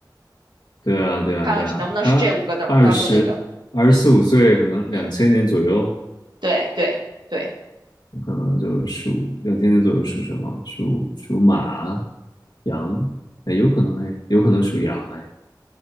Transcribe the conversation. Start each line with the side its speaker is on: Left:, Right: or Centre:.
Left: 对啊对啊对啊，
Right: 看看能不能是这五个当当中的一个，
Left: 它二十二十四五岁，可能两千年左右，
Right: 嗯，对对。对，
Left: 可能就属两千年左右属什么？属属马、羊，哎，有可能哎，有可能属羊哎。